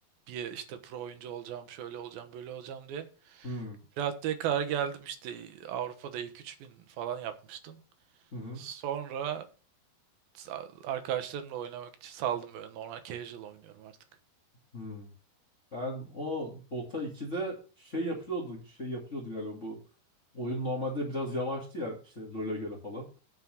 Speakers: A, on the right (about 70°); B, on the left (about 25°).
A: Bir işte pro oyuncu olacağım, şöyle olacağım, böyle olacağım diye.
B: Hmm.
A: Pirate'ye kadar geldim işte Avrupa'da ilk 3000 falan yapmıştım.
B: Hı hı.
A: Sonra sa- arkadaşlarımla oynamak için saldım böyle normal casual oynuyorum artık.
B: Hı. Ben o Dota 2'de şey yapılıyordu, şey yapılıyordu galiba bu. Oyun normalde biraz yavaştı ya işte LoL'e göre falan.